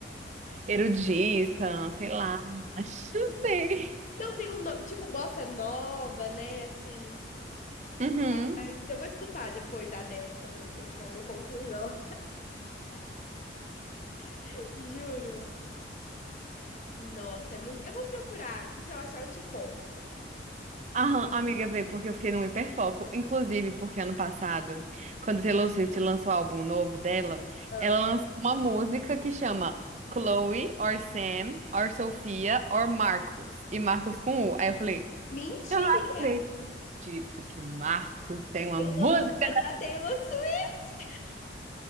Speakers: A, on the right; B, on the left.
A: erudita, sei lá. Acho, não sei.
B: Não, tem um nome. Tipo bossa nova, né? Assim.
A: Uhum.
B: Mas eu vou escutar depois a dela também pra eu tirar minha conclusão. <laughs> Juro. Nossa, é muito. Eu vou procurar. E se eu achar, eu te conto.
A: Aham, amiga, vê, porque eu fiquei num hiperfoco. Inclusive, porque ano passado, quando Taylor Swift lançou o álbum novo dela,
B: Ah.
A: ela lançou uma música que chama Chloe, or Sam, or Sofia, or Marcos. E Marcos com U. Aí eu falei.
B: Mentira!
A: Eu não acredito que Marcos tem uma
B: Tem
A: música
B: uma música
A: da
B: da Taylor Swift!